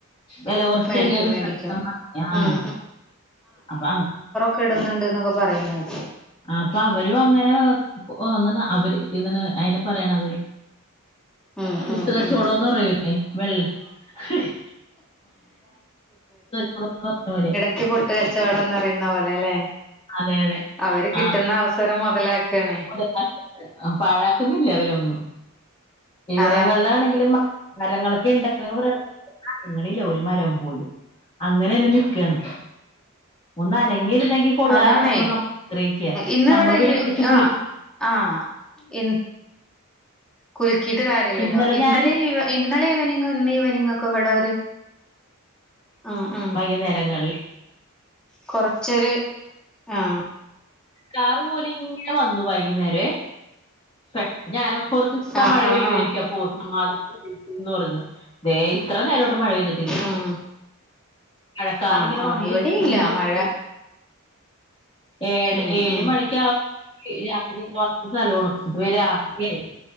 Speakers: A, on the left; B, in the centre.
A: വെല കൊറച്ചല്ലേ
B: മേടിക്കും
A: കിട്ടണംന്നും
B: മേടിക്കും
A: പറഞ്ഞ്
B: ഉം
A: ആഹ് അപ്പ അ
B: കെടന്ന്ണ്ട്ന്നെക്കെ പറയുന്ന കേട്ട്
A: ആഹ് അപ്പ അവരും അങ്ങനെ തോന്നണ് അവര് ഇതിനെ അയിനെ പറയണത്
B: ഉം
A: പുട്ട്
B: ഉം
A: കച്ചോടോന്ന്
B: ഉം
A: പറയൂലെ വെ <unintelligible> പറഞ്ഞപോലെ
B: ക്കി പുട്ട് കച്ചവടംന്ന് പറയുന്ന പോലെ അല്ലെ
A: അതെ അതെ
B: അവര് കിട്ടുന്ന
A: ആ
B: അവസരം മൊതലാ ക്കണേ
A: <unintelligible> പാഴാക്കുന്നില്ല ഇവരൊന്നും ഇവിടെങ്ങളിലാണെങ്കിലും
B: അതാണ്
A: മരങ്ങളൊക്കെ ഇണ്ടെങ്കി <unintelligible> അനങ്ങണില്ല ഒരു മരം പോലും അങ്ങനെന്നെ നിക്കേണ് ഒന്നനങ്ങിരുന്നെങ്കി കൊള്ളായിരുന്നന്ന്
B: അതാണേ
A: നമ്മളാഗ്രഹിക്ക
B: ഇന്നിവിടെ
A: നമ്മള് പിന്നെ
B: ഈ
A: പിടിച്ച് കുലു
B: ആഹ് ആഹ് എൻ കുലുക്കീട്ട് കാര്യവില്ലല്ലോ
A: ഇന്നലെ
B: ഇന്നലെയീവ
A: ഞാൻ
B: ഇന്നലെ ഈവനിംങ്ങ് ഇന്ന് ഈവനിങ്ങൊക്കെ ഇവിടെ ഒര് ഉം ഉം
A: വൈകുന്നേരങ്ങളില്
B: കൊറച്ചൊര് ആഹ്
A: കാറ് പോലിങ്ങനെ വന്നു വൈകുന്നേരെ പെ ഞാനപ്പോർത്ത് ഇപ്പ
B: ആഹ്
A: മഴ
B: ആഹ്
A: പെയ്യുമായിരിക്കും
B: ആഹ്
A: അപ്പോ സമാധാനന്ന് പറഞ്ഞ് ദേ ഇത്ര നേരായിട്ടും മഴ പെയ്തിട്ടില്ല
B: ആഹ്
A: മഴക്കാറിങ്ങനെ
B: ആഹ് ആഹ്
A: വന്നിരിക്ക്
B: ഇവിടെയും
A: നിന്നിരി
B: ഇല്ല മഴ
A: ഏഴ്
B: ഉം
A: ഏഴ്
B: ഉം
A: മണിക്കാ രാത്രി <unintelligible> രാത്രിയായി